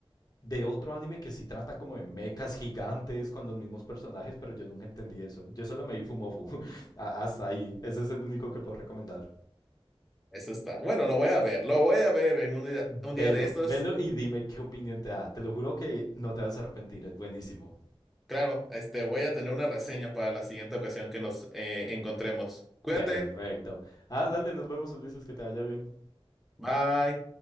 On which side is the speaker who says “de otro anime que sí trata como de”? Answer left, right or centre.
Left